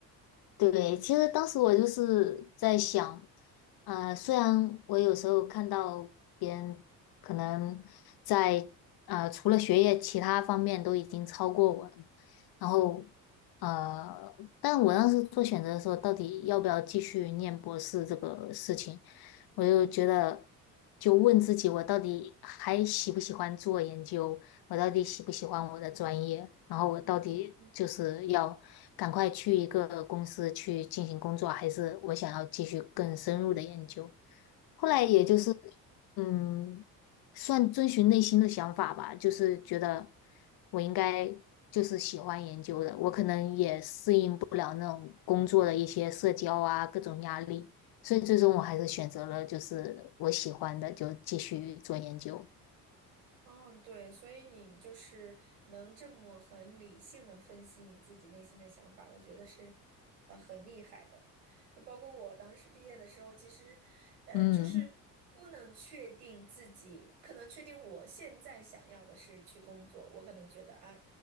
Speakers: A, on the left; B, on the right.
A: 对，其实当时我就是在想，啊，虽然我有时候看到别人可能在啊，除了学业其他方面都已经超过我了嘛，然后呃，但我当时做选择的时候，到底要不要继续念博士这个事情，我就觉得，就问自己，我到底还喜不喜欢做研究？我到底喜不喜欢我的专业？然后我到底就是要赶快去一个公司去进行工作，
B: 嗯
A: 还是我想要继续更深入的研究？后来也就是，
B: 嗯嗯。
A: 嗯，算遵循内心的想法吧，就是觉得我应该就是喜欢研究的，我可能也适应不了那种工作的一些社交啊，各种压力。所以最终我还是选择了就是我喜欢的，就继续做研究。
B: 嗯，对，所以你就是能这么很理性的分析你自己内心的想法，我觉得是，呃，很厉害的。就包括我当时毕业的时候，其实，嗯，
A: 嗯
B: 就是不能确定自己，可能确定我现在想要的是去工作，我可能觉得啊，